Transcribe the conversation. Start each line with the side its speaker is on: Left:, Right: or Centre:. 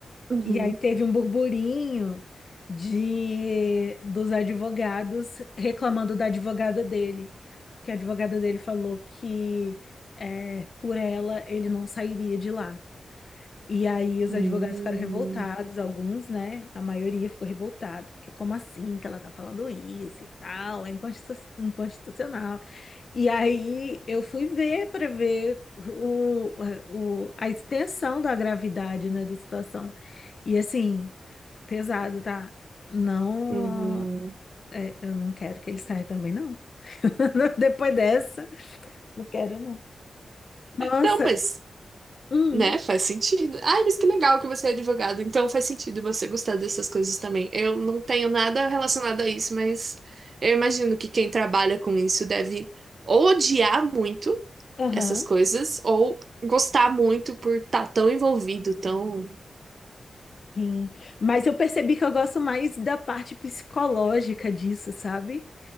Right: Uhum.
Left: E aí teve um burburinho de dos advogados reclamando da advogada dele, porque a advogada dele falou que é, por ela ele não sairia de lá. E aí os
Right: Hum.
Left: advogados ficaram revoltados, alguns, né? A maioria ficou revoltada, porque como assim que ela tá falando isso e tal? É inconstitu- inconstitucional. E aí eu fui ver para ver o, o- a extensão da gravidade, né, da situação. E assim, pesado, tá? Não,
Right: Uhum.
Left: é, eu não quero que ele saia também, não. <laughs> Depois dessa, não quero, não. Nossa,
Right: Não, mas
Left: hum,
Right: Né? Faz sentido. Ai, mas que legal que você é advogado. Então faz sentido você gostar dessas coisas também. Eu não tenho nada relacionado a isso, mas eu imagino que quem trabalha com isso deve ou odiar muito
Left: aham.
Right: essas coisas ou gostar muito por estar tão envolvido, tão.
Left: Sim, mas eu percebi que eu gosto mais da parte psicológica disso, sabe?